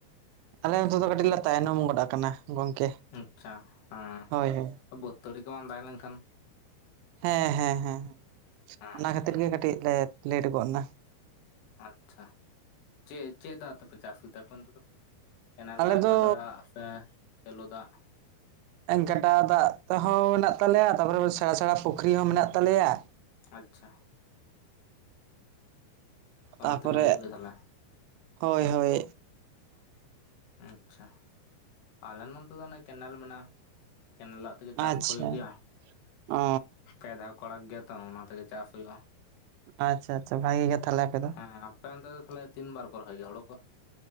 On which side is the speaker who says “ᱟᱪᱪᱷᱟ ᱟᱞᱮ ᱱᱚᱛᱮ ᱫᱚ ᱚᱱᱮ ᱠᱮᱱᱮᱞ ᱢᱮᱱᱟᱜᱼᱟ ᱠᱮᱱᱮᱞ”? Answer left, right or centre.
Left